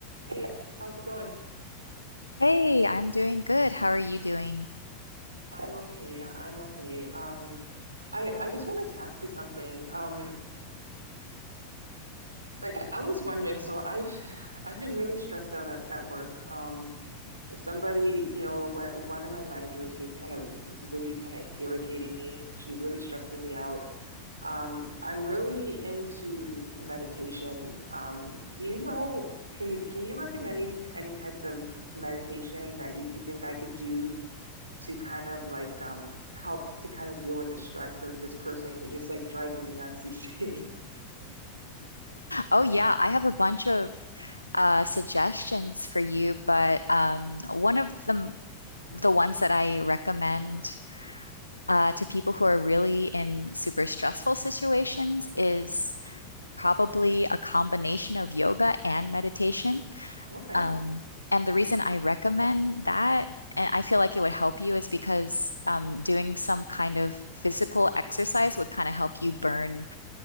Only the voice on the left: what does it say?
Hey, I'm doing good. How are you doing?
Oh yeah, I have a bunch of uh, suggestions for you, but um, one of the the ones that I recommend uh, to people who are really in super stressful situations is probably a combination of yoga and meditation.
Um, and the reason I recommend that, and I feel like it would help you, is because um, doing some kind of physical exercise would kind of help you burn